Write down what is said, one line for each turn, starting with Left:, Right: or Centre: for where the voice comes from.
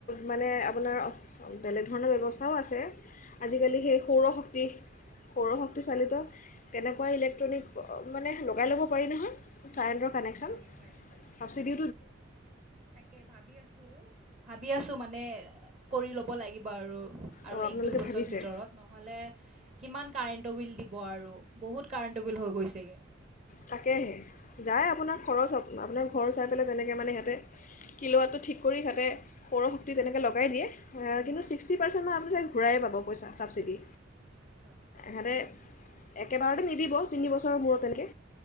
Left: মানে আপোনাৰ বেলেগ ধৰণৰ ব্যৱস্থাও আছে।
Right: হয়
Left: আজিকালি সেই সৌৰশক্তি সৌৰশক্তি চালিত
Right: হাঁ হাঁ
Left: কেনেকুৱা ইলেক্ট্ৰনিক মানে লগাই ল'ব পাৰি নহয়। কাৰেণ্টৰ কানেকশচন
Right: পাৰি পাৰি পাৰি
Left: চাবচিডি
Right: তাকে ভাবি আছো ভাবি আছো মানে কৰি ল'ব লাগিব বাৰু, আৰু
Left: অঁ
Right: এক,
Left: আপোনালোকে
Right: দুই বছৰ
Left: ভাবিছে
Right: ভিতৰত নহ'লে কিমান কাৰেণ্টৰ বিল দিব আৰু বহুত কাৰেন্টৰ বিল হৈ গৈছেগে।
Left: তাকেহে যায় আপোনাৰ খৰচ আপোনাৰ ঘৰ চাই পেলাই তেনেকে মানে সিহতে কিলোৱাটো ঠিক কৰি থাকে সৌৰশক্তি তেনেকৈ লগাই দিয়ে। কিন্তু
Right: হয়
Left: ছিক্টি পাৰ্চেণ্ট মান ঘূৰাই পাব পইচা চাবচিডি।
Right: আচ্ছা
Left: হাৰে একেবাৰতে নিদিব তিনিবছৰৰ মূৰত এনেকে